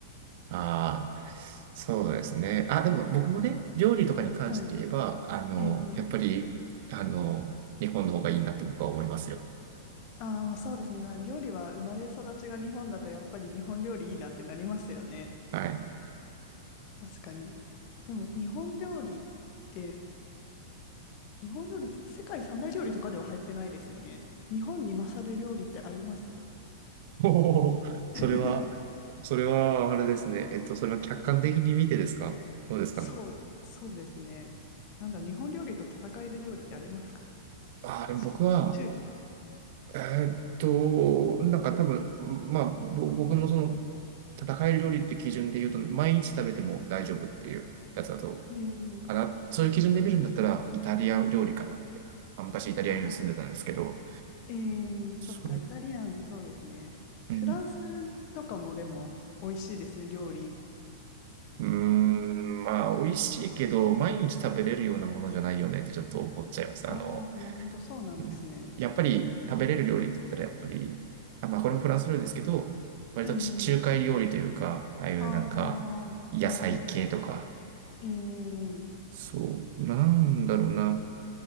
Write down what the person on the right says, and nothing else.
ああ、そうですね。あ、でも僕もね、料理とかに関して言えば、
あの、
やっぱり、あの、日本の方がいいなって僕は思いますよ。
はい。
おお、それは、
それは、あれですね。えっと、それは客観的に見てですかどうですかね。
ああ、でも僕は、
えーっと、なんか多分、まあ、ぼ僕のその、戦える料理って基準で言うと、毎日食べても大丈夫っていうやつだと
かな。そういう基準で見るんだったら、イタリア料理かなって。まあ、昔イタリアに住んでたんですけど、
そう、
うん。
うーん、まあ、美味しいけど、毎日食べれるようなものじゃないよねってちょっと思っちゃいます。
あの、
うん、やっぱり食べれる料理って言ったら、やっぱり、あ、まあ、これもフランス料理ですけど、割と地中海料理というか、
ああいうなんか、
野菜系とか、
そう、なんだろうな。